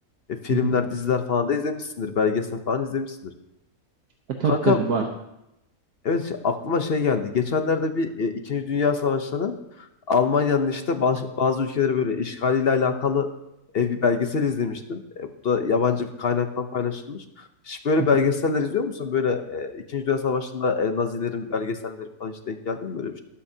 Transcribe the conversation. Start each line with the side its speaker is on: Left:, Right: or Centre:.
Left: e, filmler
Right: hı hı.
Left: diziler falan da izlemişsindir belgesel falan izlemişsindir.
Right: E, tabii
Left: Kankam
Right: tabii var.
Left: Evet şi- aklıma şey geldi. Geçenlerde bir e, İkinci Dünya Savaşı'nın Almanya'nın işte baş- bazı ülkeleri böyle işgaliyle alakalı e, bir belgesel izlemiştim. E, bu da yabancı bir kaynaktan paylaşılmış. Hiç böyle
Right: <laughs> Hı
Left: belgeseller
Right: hı.
Left: izliyor musun? Böyle e, İkinci Dünya Savaşı'nda e, Nazilerin belgeselleri falan hiç denk geldi mi böyle bir